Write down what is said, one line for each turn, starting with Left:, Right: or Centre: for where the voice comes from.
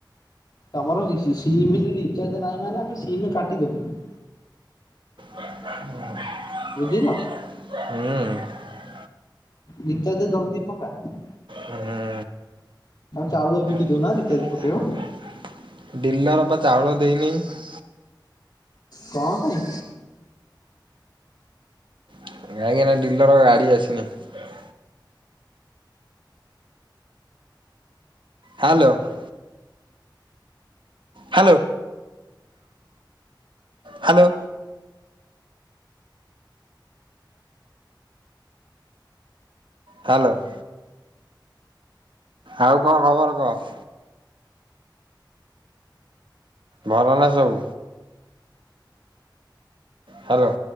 Left: ତମର ସିମରେ ରିଚାର୍ଜ ନାହିଁ ମାନେ ଆମେ ସିମ କାଟିଦବୁ ।
Right: <inaudible> ହୁଁ
Left: ବୁଝିଲ।
Right: ।
Left: ରିଚାର୍ଜ ଜଲଦୀପକା ।
Right: ହଁ
Left: ଚାଉଳ ବିକି
Right: <inaudible>
Left: ଦଉନା ରିଚାର୍ଜ ପକେଇବ
Right: ଡିଲର ପା ଚାଉଳ ଦେଇନି ।
Left: କଣ ପାଇଁ?
Right: କାହିଁକିନା ଡିଲର ଗାଡି ଆସିନି । <inaudible> ହାଲୋ । <inaudible> Hello <inaudible> hello. ହାଲୋ । ଆଉ କଣ ଖବର କହ? ଭଲ ନା ସବୁ। ହାଲୋ।